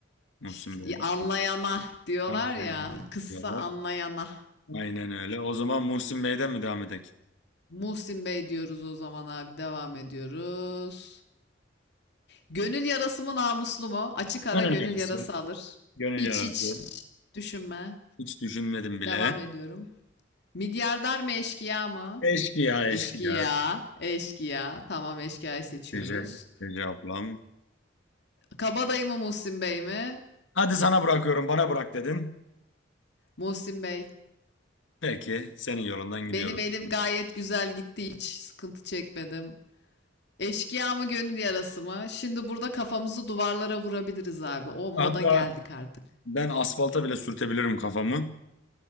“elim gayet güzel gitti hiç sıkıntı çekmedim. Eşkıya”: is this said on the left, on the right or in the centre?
Left